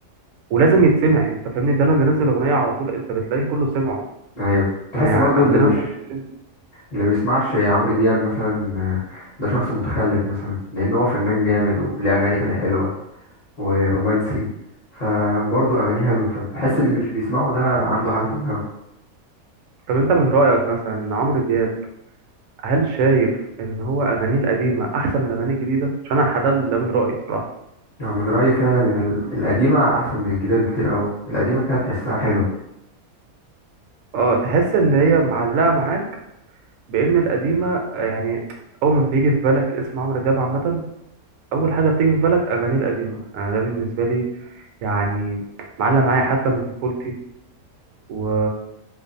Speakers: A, on the right; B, on the left.
A: ولازم يتسمع انت فاهمني ده لما بينزل اغنيه على طول انت بتلاقي كله سمعه
B: ايوه تحس
A: يعني ع-
B: برضه
A: عندنا
B: اللي مش
A: مثلا في الجيم
B: اللي ما بيسمعش عمرو دياب مثلا آه، ده شخص متخلف مثلا لان هو فنان جامد وليه اغاني كده حلوه ورومانسي فبرضه اغانيه حلوه فبحس ان مش بيسمعه ده عنده حاجه في دماغه
A: طب انت من رايك مثلا ان عمرو دياب هل شايف ان هو اغانيه القديمه احسن من اغانيه الجديده عشان انا حد ده من رايي بصراحه
B: يعني من رايي فعلا ان ال- القديمه احسن من الجديده بكتير قوي القديمه كده تحسها حلوه
A: اه تحس ان هي معلقه معاك بان القديمه آه، يعني اول ما بيجي في بالك اسم عمرو دياب عامه اول حاجه بتيجي في بالك اغاني القديمه انا ده بالنسبه لي يعني معلق معايا حتى من طفولتي و